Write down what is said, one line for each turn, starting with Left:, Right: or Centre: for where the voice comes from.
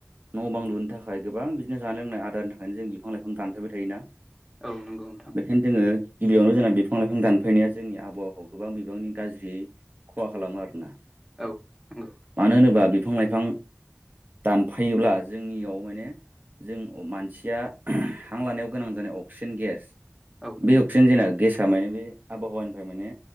Right: न' बां लुनो थाखाय गोबां बिदिनो जानाय लोंनाय आदारनि थाखायनो जों बिफां लाइफां दानफैबाय थायोना?
Centre: औ नंगौ नोंथां
Right: बेखायनो जोङो गिबियावनो जोंना बिफां लाइफां दानफैनाया जोंनि आबहावाखौ गोबां बिबांनि गाज्रि खहा खालामो आरोना
Centre: औ नंगौ
Right: मानो होनोबा बिफां लाइफां। दानफायोब्ला जोंनियाव माने जों मानसिया हां लानायाव गोनां जानाय अक्सिजेन गेस
Centre: औ
Right: बे अक्सिजेन जेना गेसा माने बे आबहावानिफ्राय माने